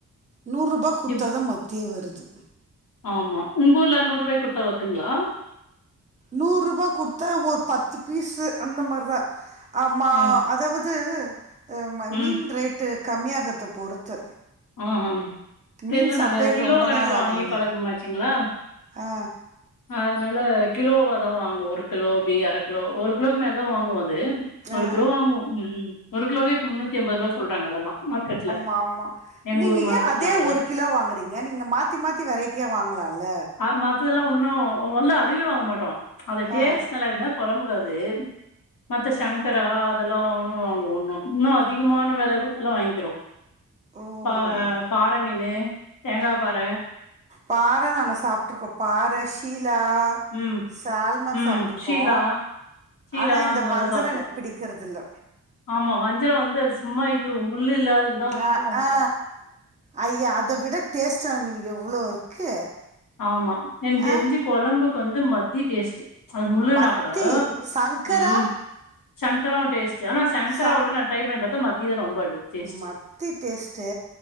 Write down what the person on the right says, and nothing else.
நூற்ருபா குடுத்தா
தா மத்தியே வருது
நூற்ருபா குடுத்தா ஒரு பத்து பீஸு அந்த மார்தா ஆம்மா
அதாவது அ ம
மீன் ரேட்டு கம்மியாகறது பொறுத்து
மீன் சாப்பிட்டே
ரொம்ப
நாள் ஆகுதுங்க
ஆ
ஆ
மாம்மா
நீங்க
ஏ அதே
ஒரு கிலோ வாங்குறீங்க நீங்க மாத்தி மாத்தி வெரைட்டியா வாங்கலால்ல
ஆ
ஓ
பாறை நாங்க சாப்பட்டுருக்கோ பாற ஷீலா
சால்மன்
சாப்ட்டுருக்கோ
ஆனா இந்த
வஞ்சரோ
எனக் பிடிக்கறதில்ல
ஆ ஆ ஐய அத விட டேஸ்ட்னான மீனு எவ்ளோ இருக்கு
ஆ
மத்தி
சங்கரா
சங்
மத்தி டேஸ்ட்டு